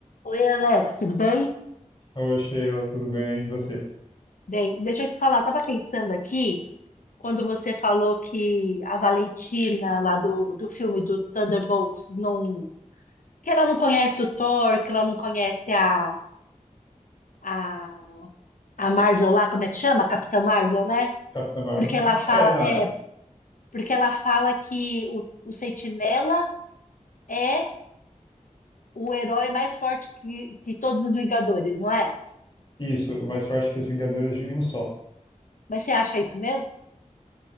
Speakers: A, on the left; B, on the left.
A: Oi, Alex, tudo bem?
B: Oi, Sheila, tudo bem? E você?
A: Bem, deixa eu te falar, eu tava pensando aqui, quando você falou que a Valentina, lá do, do filme do Thunderbolts, não, que ela não conhece o Thor, que ela não conhece a, a, a Marvel lá, como é que chama? Capitã Marvel, né?
B: Capitã Marvel?
A: Porque ela fala,
B: É, não,
A: é,
B: é
A: porque ela fala que o, o Sentinela é o herói mais forte que, que todos os Vingadores, não é?
B: isso, mas eu acho que os Vingadores vêm em um só.
A: Mas você acha isso mesmo?